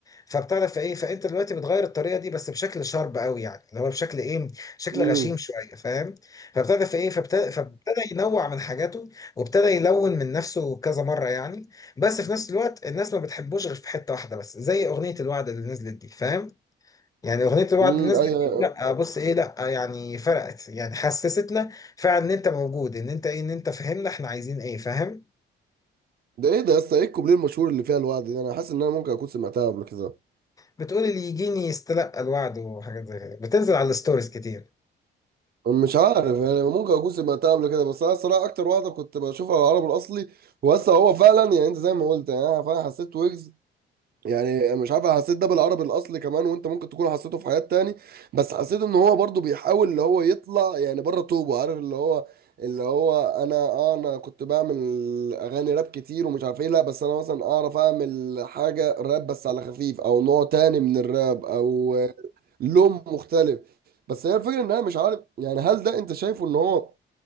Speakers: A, on the left; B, on the right.
A: فبتعرف ايه فانت دلوقتي بتغير الطريقه دي بس بشكل شارب قوي يعني اللي هو بشكل ايه شكل
B: امم
A: غشيم شويه فاهم فبتعرف ايه فابتدى فابتدى ينوع من حاجاته وابتدى يلون من نفسه كذا مره يعني بس في نفس الوقت الناس ما بتحبوش غير في حته واحده بس زي اغنيه الوعد اللي نزلت دي فاهم يعني اغنيه الوعد
B: امم
A: اللي نزلت
B: ايوه
A: دي لا بص ايه لا يعني فرقت يعني حسستنا فعلا ان انت موجود ان انت ايه ان انت فاهمنا احنا عايزين ايه فاهم
B: ده ايه ده يا اسطى ايه الكوبليه المشهور اللي فيها الوعد ده انا حاسس ان انا ممكن اكون سمعتها قبل كده
A: بتقول اللي يجيني يستلقى الوعد وحاجات زي كده بتنزل على الستوريز كتير
B: مش عارف يعني ممكن اكون سمعتها قبل كده بس انا الصراحه اكتر واحده كنت بشوفها على العرب الاصلي وهسه هو فعلا يعني انت زي ما قلت يعني انا فعلا حسيت ويجز يعني مش عارف أنا حسيت ده بالعربي الاصلي كمان وانت ممكن تكون حسيته في حاجات تاني بس حسيت ان هو برضو بيحاول اللي هو يطلع يعني بره طوبه عارف اللي هو اللي هو انا اه انا كنت بعمل اغاني راب كتير ومش عارف ايه لا بس انا مثلا اعرف اعمل حاجه راب بس على خفيف او نوع تاني من الراب او لون مختلف بس هي الفكره ان انا مش عارف يعني هل ده انت شايفه ان هو